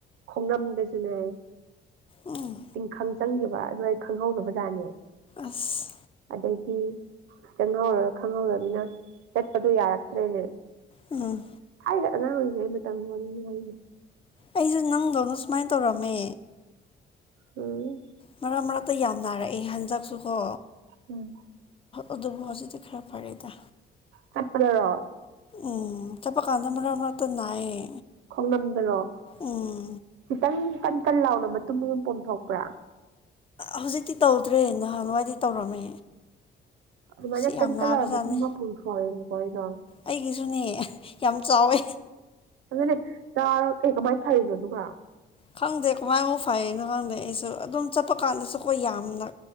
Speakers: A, on the right; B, on the left.
A: ꯈꯣꯡꯅꯝꯗꯁꯨꯅꯦ
B: ꯎꯝ
A: ꯇꯤꯡꯈꯪ ꯆꯪꯈꯤꯕ ꯑꯗꯨ ꯑꯩ ꯈꯪꯍꯧꯗꯕꯖꯥꯠꯅꯦ
B: ꯑꯁ
A: ꯑꯗꯩꯗꯤ ꯆꯪꯍꯧꯔꯒ ꯈꯪꯍꯧꯗꯔꯅꯤꯅ ꯆꯠꯄꯗꯣ ꯌꯥꯔꯛꯇ꯭ꯔꯦꯅꯦ
B: ꯎꯝ
A: ꯊꯥꯏꯅ ꯑꯉꯥꯡ ꯑꯣꯏꯔꯤꯉꯩ ꯃꯇꯝꯒꯤ ꯋꯥꯔꯤꯅꯤ ꯍꯥꯏꯅꯤ
B: ꯑꯩꯁꯦ ꯅꯪꯗꯧꯅ ꯁꯨꯃꯥꯏꯅ ꯇꯧꯔꯝꯃꯦ
A: ꯎꯝ
B: ꯃꯔꯛ ꯃꯔꯛꯇ ꯌꯥꯝ ꯅꯥꯔꯛꯑꯦ ꯍꯟꯗꯛꯁꯨ ꯀꯣ
A: ꯎꯝ
B: ꯑꯗꯨꯕꯨ ꯍꯧꯖꯤꯛꯇꯤ ꯈꯔ ꯐꯔꯦꯗ
A: ꯆꯠꯄꯗꯔꯣ
B: ꯎꯝ ꯆꯠꯄ ꯀꯥꯟꯗ ꯃꯔꯛ ꯃꯔꯇ ꯅꯥꯏꯌꯦ
A: ꯈꯣꯡꯅꯝꯗꯔꯣ
B: ꯎꯝ
A: ꯈꯤꯇꯪ ꯀꯟ ꯀꯟ ꯂꯥꯎꯅ ꯃꯇꯨꯝ ꯑꯃ ꯄꯣꯝ ꯊꯣꯛꯄ꯭ꯔꯥ
B: ꯍꯧꯖꯤꯛꯇꯤ ꯇꯧꯗ꯭ꯔꯦ ꯅꯍꯥꯟꯋꯥꯥꯏꯗꯤ ꯇꯧꯔꯝꯃꯦ
A: ꯑꯗꯨꯃꯥꯏꯅ
B: ꯁꯤ
A: ꯀꯟ
B: ꯌꯥꯝ
A: ꯀꯟ
B: ꯅꯥꯕꯖꯥꯠꯅꯤ
A: ꯂꯥꯎꯔ ꯃꯇꯨꯝ ꯑꯃ ꯄꯣꯝꯊꯣꯛꯑꯦꯕꯀꯣ ꯑꯩꯗꯣ
B: ꯑꯩꯒꯤꯁꯨꯅꯦ ꯌꯥꯝ ꯆꯥꯎꯋꯦ
A: ꯑꯗꯨꯗꯅꯦ ꯆꯥꯎꯔ ꯑꯦ ꯀꯃꯥꯏꯅ ꯐꯔꯤꯅꯣ ꯑꯗꯨꯒ
B: ꯈꯪꯗꯦ ꯀꯃꯥꯏꯅ ꯐꯅꯣ ꯈꯪꯗꯦ ꯑꯩꯁꯨ ꯑꯗꯨꯝ ꯆꯠꯄ ꯀꯥꯟꯗꯁꯨ ꯀꯣꯏ ꯌꯥꯝꯅ